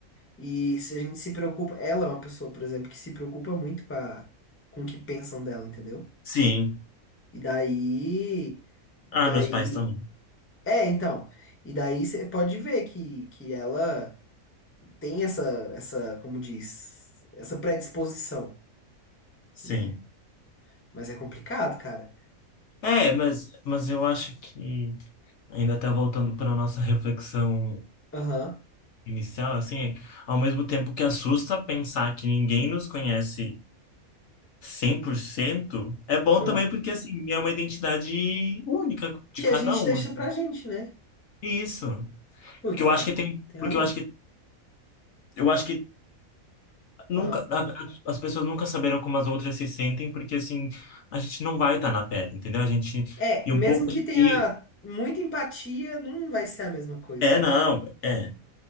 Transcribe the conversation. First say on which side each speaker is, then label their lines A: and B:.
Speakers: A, on the left; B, on the left.
A: E se a gente se preocupa, ela é uma pessoa, por exemplo, que se preocupa muito com a, com o que pensam dela, entendeu?
B: Sim.
A: E daí, daí,
B: Ah, meus pais também.
A: é, então, e daí você pode ver que, que ela tem essa, essa, como diz, essa predisposição,
B: Sim.
A: né? Mas é complicado, cara.
B: É, mas, mas eu acho que, ainda até voltando para a nossa reflexão
A: Aham.
B: inicial, assim, ao mesmo tempo que assusta pensar que ninguém nos conhece 100% é bom
A: ah.
B: também porque, assim, é uma identidade única de
A: Que
B: cada
A: a gente
B: um.
A: deixa
B: É
A: pra gente, né?
B: Isso.
A: Putz,
B: Porque eu acho
A: é,
B: que tem,
A: tem
B: porque
A: razão.
B: eu acho que eu acho que nunca
A: Ah.
B: a- a- as pessoas nunca saberão como as outras se sentem, porque assim, a gente não vai estar na pele, entendeu? A gente
A: É,
B: e
A: mesmo
B: um pouco
A: que tenha
B: e
A: muita empatia, não vai ser a mesma coisa.
B: é não, é